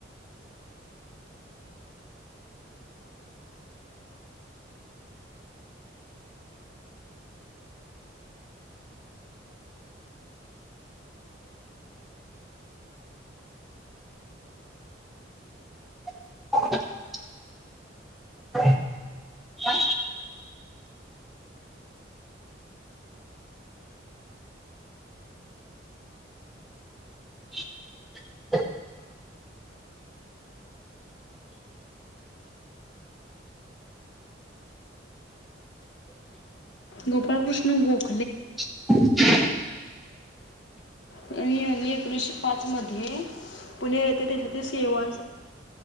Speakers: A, in the centre; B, on the left (about 75°).
A: <unintelligible> <unintelligible> <unintelligible>
B: Gopal Krishna गोप
A: <inaudible>
B: आणि यांनी एकोणीशे पाच मध्ये पुणे येेते देशील सेवा